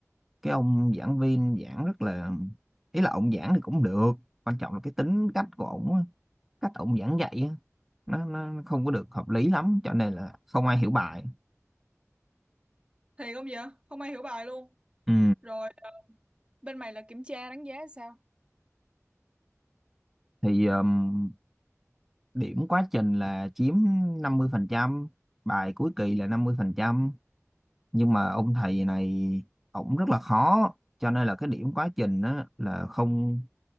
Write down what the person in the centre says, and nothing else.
cái ông giảng viên giảng rất là ý là ông giảng thì cũng được quan trọng là cái tính cách của ông á, cách ông giảng dạy á, nó, nó nó không có được hợp lý lắm cho nên là không ai hiểu bài
ừ.
thì um, điểm quá trình là chiếm năm mươi phần trăm bài cuối kỳ là năm mươi phần trăm nhưng mà ông thầy này ổng rất là khó cho nên là cái điểm quá trình á, là không